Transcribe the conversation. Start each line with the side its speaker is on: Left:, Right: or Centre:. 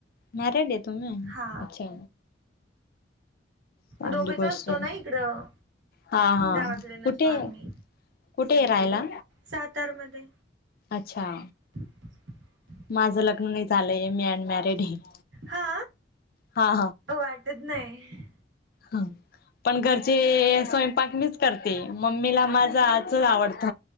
Left: माराड तोम
Right: हा
Left: अच्छा. चांगली
Right: दोघेचा
Left: गोष्ट
Right: असतो
Left: आहे
Right: ना इकडं.
Left: हा हा
Right: गावाकडे नसतो
Left: कुठे
Right: आम्ही
Left: कुठे राहायला.
Right: सातारमध्ये
Left: अच्छा.
Right: <unintelligible>
Left: <unintelligible>
Right: हा
Left: हा
Right: वाटत नाही.
Left: हा. पण घरचे स्वयंपाक मीच करते मम्मीला माझाच आवडत.